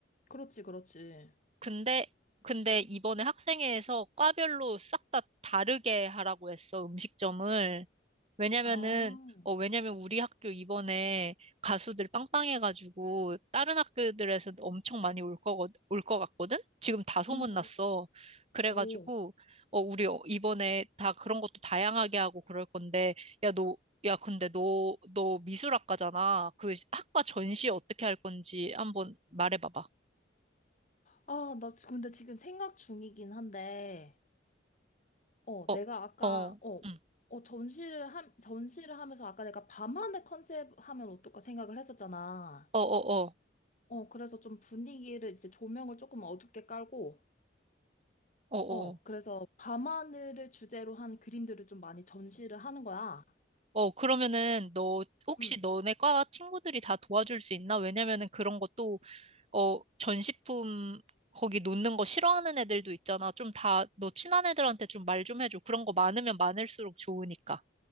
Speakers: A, on the left; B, on the right.
A: 그렇지, 그렇지.
B: 근데 근데 이번에 학생회에서 과별로 싹 다 다르게 하라고 했어, 음식점을. 왜냐면은,
A: 아,
B: 어, 왜냐면 우리 학교 이번에 가수들 빵빵해가지고 다른 학교들에서 엄청 많이 올 거, 올것 같거든? 지금 다 소문났어.
A: 응응
B: 그래가지고,
A: 오,
B: 어, 우리 어- 이번에 다 그런 것도 다양하게 하고 그럴 건데, 야, 너, 야, 근데 너, 너 미술학과잖아. 그 학과 전시 어떻게 할 건지 한번 말해봐봐.
A: 아, 나 지- 근데 지금 생각 중이긴 한데, 어,
B: 어,
A: 내가 아까,
B: 어,
A: 어,
B: 응.
A: 어, 전시를 함, 전시를 하면서 아까 내가 밤하늘 컨셉 하면 어떨까 생각을 했었잖아.
B: 어, 어, 어,
A: 어, 그래서 좀 분위기를 이제 조명을 조금 어둡게 깔고,
B: 어, 어.
A: 어,
B: 어.
A: 그래서 밤하늘을 주제로 한 그림들을 좀 많이 전시를 하는 거야.
B: 어, 그러면은 너 혹시
A: 음.
B: 너네 과 친구들이 다 도와줄 수 있나? 왜냐면은 그런 것도 어, 전시품 거기 놓는 거 싫어하는 애들도 있잖아. 좀 다 너 친한 애들한테 좀 말 좀 해줘. 그런 거 많으면 많을수록 좋으니까.